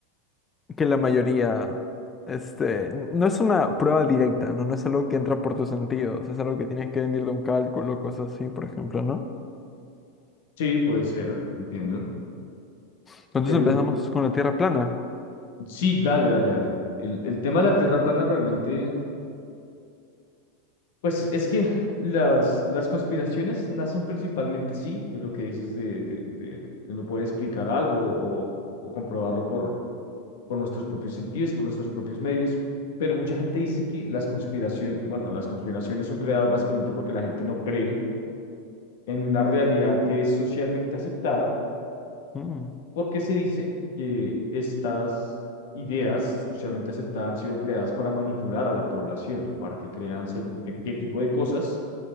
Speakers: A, on the left; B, on the left.
A: que la mayoría, este, n- no es una prueba directa, ¿no? No es algo que entra por tus sentidos, es algo que tienes que venir de un cálculo, cosas así, por ejemplo, ¿no?
B: Sí, puede ser, entiendo.
A: Entonces
B: Pero
A: empezamos con la Tierra plana.
B: sí, dale, dale, dale. El, el tema de la Tierra plana realmente, pues es que las, las conspiraciones nacen principalmente, sí, de lo que dices de, de, de, de no poder explicar algo o, o comprobarlo por por nuestros propios sentidos, por nuestros propios medios, pero mucha gente dice que las conspiraciones, bueno, las conspiraciones son creadas básicamente porque la gente no cree en una realidad que es socialmente aceptada,
A: Mm,
B: porque se dice que estas ideas socialmente aceptadas han sido creadas para manipular a la población, para que crean según qué, qué tipo de cosas,